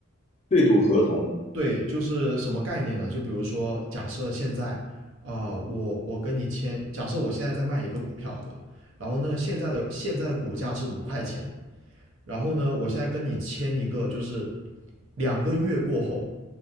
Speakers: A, on the left; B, on the right.
A: 对赌合同。
B: 对，就是什么概念呢？就比如说，假设现在啊、呃我我跟你签，假设我现在在卖一个股票好了，然后呢，现在的现在的股价是五块钱，然后呢，我现在跟你签一个，就是两个月过后，